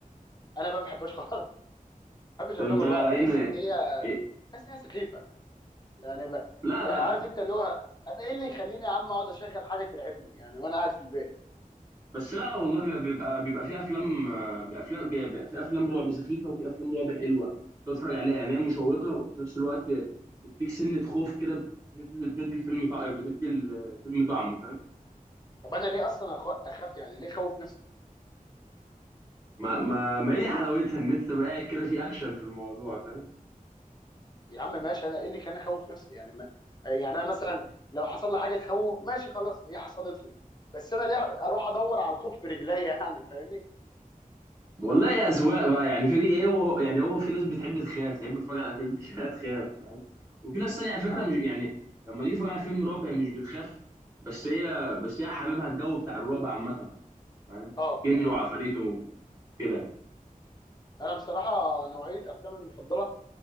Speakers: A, on the left; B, on the right.
A: انا بقى ما بحبهاش خالص ما بحبش
B: طب
A: افلام
B: انت
A: الرعب
B: ايه
A: بحس ان هي
B: إيه-
A: بحس ان هي سخيفه يعني ما...
B: لا
A: يعني
B: لا
A: عارف انت اللي هو انا ايه اللي يخليني يا عم اقعد اشغل حاجه ترعبني يعني وانا قاعد في البيت
B: بس لا والله بيبقى بيبقى, بيبقى في افلام آه، بيبقى افلام بيبقى في افلام رعب سخيفه وفي افلام رعب حلوه تقعد تتفرج عليها يعني هي مشوقه وفي نفس الوقت تديك سنه خوف كده بتدي بتدي الفيلم طعم بتدي ال- الفيلم طعم فاهم
A: طب انا ليه اصلا أخ... اخاف يعني ليه خوف نفسي
B: ما ما ما هي دي حلاوتها ان انت تبقى قاعد كده في اكشن في الموضوع فاهم
A: يا عم ماشي انا ايه اللي كان اخوف نفسي يعني ما يعني انا مثلا لو حصل لي حاجه تخوف ماشي خلاص هي حصلت لي بس انا ليه اروح ادور على الخوف برجليا <laughs> يعني فاهمني
B: والله يا اذواق بقى يعني في ايه هو يعني هو في ناس بتحب تخاف تحب تتفرج على فيلم <laughs> كده تخاف فاهم وفي ناس تانية على فكره
A: انا
B: مش يعني لما تيجي تتفرج على فيلم رعب هي مش بتخاف بس هي بس هي حاببها الجو بتاع الرعب عامه فاهم
A: اه
B: جن
A: اه
B: وعفاريت وكده
A: انا بصراحه نوعيه افلامي المفضله